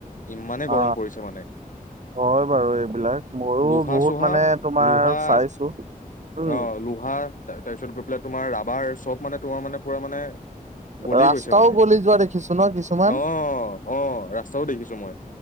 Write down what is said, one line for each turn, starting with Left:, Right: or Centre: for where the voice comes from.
Left: ইমানে
Right: অ
Left: গৰম পৰিছে মানে।
Right: হয় বাৰু এইবিলাক মইও
Left: লোহা
Right: বহুত
Left: চোহা
Right: মানে তোমাৰ
Left: লোহা
Right: চাইছো। উম
Left: অ' লোহা তাৰপিছত গৈ পেলাই তোমাৰ ৰাবাৰ চব মানে তোমাৰ মানে পুৰা মানে গলি
Right: ৰাস্তাও
Left: গৈছে মানে
Right: গলি যোৱা দেখিছো ন কিছুমান
Left: অ' আহ ৰাস্তাও দেখিছো মই।